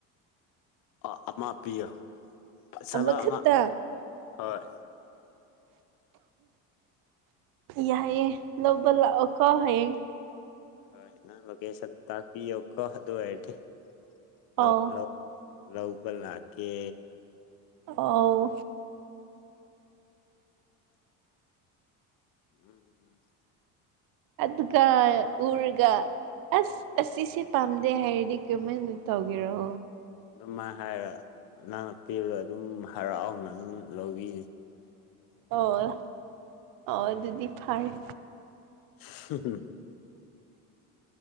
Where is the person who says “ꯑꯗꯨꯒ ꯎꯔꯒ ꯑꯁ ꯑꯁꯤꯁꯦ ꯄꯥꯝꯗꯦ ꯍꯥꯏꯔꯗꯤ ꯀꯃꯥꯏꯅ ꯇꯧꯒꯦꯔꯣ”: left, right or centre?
Right